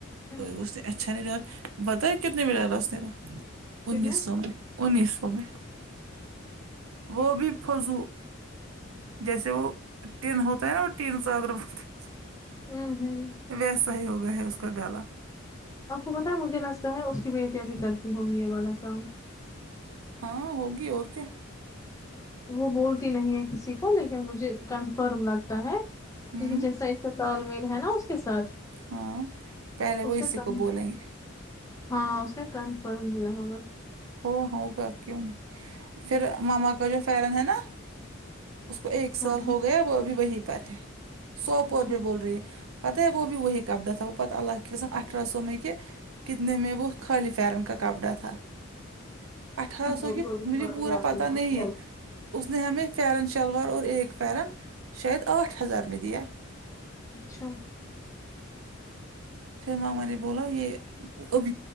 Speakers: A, on the left; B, on the right.
A: ہوں،
B: اسے اچھا نہیں ڈالا بتایا کتنے میں ڈالا اس نے
A: کتنے
B: انیس سو میں انیس سو میں وہ بھی فضو جیسے وہ ٹین ہوتا ہے نا وہ ٹین چادر بولتے ہے اسکو
A: ہممم ہمم
B: ویسا ہی ہوگیا ہے اس کا گلا
A: آپ کو پتا مجھے لستا ہے اس کی بیٹیاں بھیھی کرتی ہوگی یہ والا کا م
B: ہاں ہوگی اور کیا
A: وہ بولتی نہیں ہے کسی کو لیکن مجھے کنفرم لگتا ہے
B: ہوں
A: کیونکہ جیسا اس کا تال میل ہے نا اس کے ساتھ
B: ہاں پہلے وہ
A: اسے
B: اسی
A: کم
B: کو
A: ہے
B: بولیں گے
A: ہاں اس نے کنفرم دیا ہوگا
B: ہو ہوگا کیوں نہیں فھر ماما کا جو فرن ہے نا اس کو ایک سال
A: ہاں
B: ہو
A: ہاں،
B: گیا وہ ابھی وہی پر ہے سوپور
A: اچھا
B: بھی بول رہی ہے پتہ ہے وہ بھی وہی کپڑا تھا وہ پت اللہ کے قسم اٹہرا سو میں کے کتنے میں وہ خالی فرن کا کپڑا تھا اٹھارہ
A: اچھا
B: سو کی مجھے پورا پتا نہیں ہے اس نے ہمیں فیرن شلوار اور ایک فیر شاید آٹھ ہزار میں دیا
A: اچھا
B: پھر ماما نے بولا یہ اب